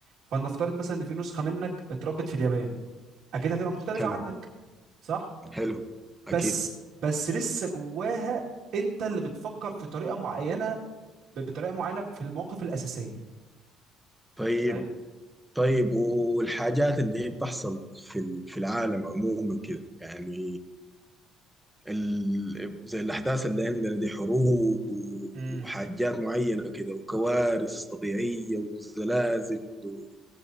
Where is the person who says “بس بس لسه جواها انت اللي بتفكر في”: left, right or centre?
Right